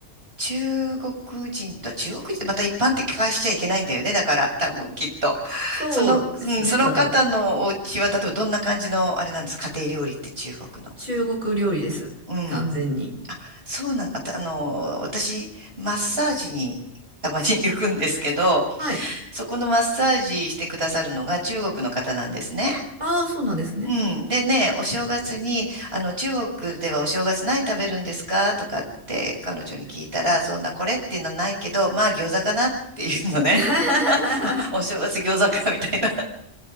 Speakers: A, on the right; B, on the right.
A: 中国人の、中国人ってまた一般的化しちゃいけないんだよね。だから、多分きっと。
B: そうですね、
A: その、うん、その方のお家は、
B: 多分。
A: 例えばどんな感じの、あれなんですか、家庭料理って中国の。
B: 中国料理です。
A: うん。
B: 完全に。
A: そうなんだ。あとあの、私、マッサージにたまに行くんですけど、
B: はい。
A: そこのマッサージしてくださるのが中国の方なんですね。
B: ああ、そうなんですね。
A: うん。でね、お正月に、あの、中国ではお正月何食べるんですかとかって彼女に聞いたら、そんなこれっていうのはないけど、まあ餃子かなっていうのね。
B: <laughs>
A: <laughs> あお正月餃子かみたいな。